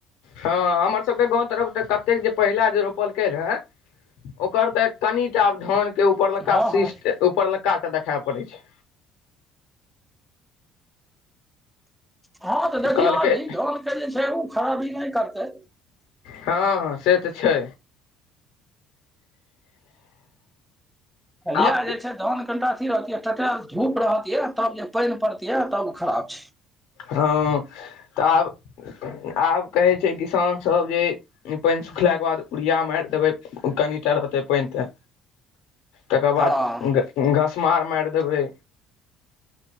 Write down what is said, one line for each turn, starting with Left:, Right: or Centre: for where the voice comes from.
Left: हँ हमर सबके गाँव तरफ तऽ कतेक जे पहिला जे रोपलके रहै ओकर तऽ कनिटा आब धान के ऊपरलका
Centre: हँ
Left: सिस्ट
Centre: हँ
Left: ऊपरलका के देखा पड़य छै।
Centre: हँ तऽ देखियौ
Left: कहलकै
Centre: अभी धानके जे छै, ओ खराबी नय करतै।
Left: हँ से तऽ छै।
Centre: यैह
Left: आब
Centre: जे छै धन कनिटा अथी रहतिय तऽ टटैल धूप रहतिये तब जे, पाइन पड़तियै तब उ खराब छै।
Left: हँ तऽ आब - आब कहै छै किसान सभ जे ई पाइन सुखलाके बाद यूरिया माइर देबै, कनि टा रहतै पाइन तैन। तकर बाद
Centre: हँ
Left: घस मार माइर देबै